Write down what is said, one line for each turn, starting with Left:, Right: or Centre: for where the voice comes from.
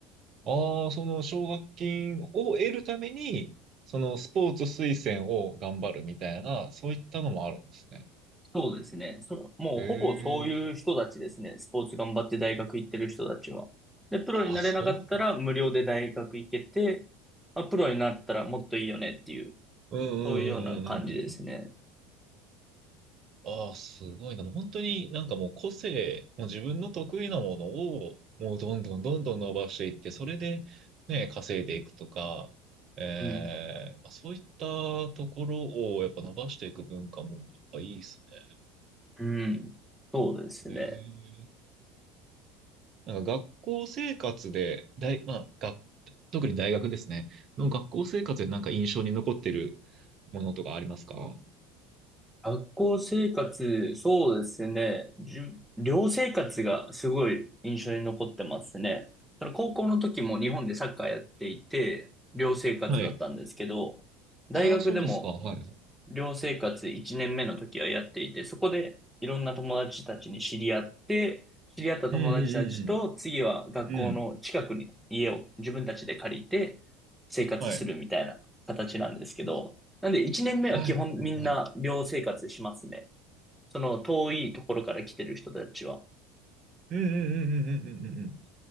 Right: ああ、その奨学金を得るために、そのスポーツ推薦を頑張るみたいな、そういったのもあるんですね。
Centre: そうですね。その、もうほぼそういう人たちですね。
Right: へえ。
Centre: スポーツ頑張って大学行ってる人たちは。で、プロになれなかったら無料で大学行けて、
Right: ああ、そうです。
Centre: まあ、プロになったらもっといいよねっていう、
Right: うんうんうんうんうんうん。
Centre: そういうような感じですね。
Right: ああ、すごいな。もう本当になんかもう個性、もう自分の得意なものを、もうどんどんどんどん伸ばしていって、それでね、稼いでいくとか、え
Centre: うん。
Right: え、まあそういったところをやっぱ伸ばしていく文化もやっぱいいですね。
Centre: うん。そうですね。
Right: へえ。なんか学校生活で、大、まあ、学特に大学ですね。の学校生活でなんか印象に残ってるものとかありますか
Centre: 学校生活、そうですね。じゅ寮生活がすごい印象に残ってますね。その高校の時も日本でサッカーやっていて、寮生活だったんですけど、
Right: はい。
Centre: 大学でも
Right: ああ、そうですか。はいはい。
Centre: 寮生活1年目の時はやっていて、そこでいろんな友達たちに知り合って、知り合った友達たちと次は学校の近くに家を自分たちで借りて生活するみたいな形なんですけど、
Right: うんうんうんうん。うん。はい。
Centre: なんで1年目は基本みんな寮生活しますね。
Right: はいはいはい。
Centre: その遠いところから来てる人たちは。
Right: うんうんうんうんうんうんうん。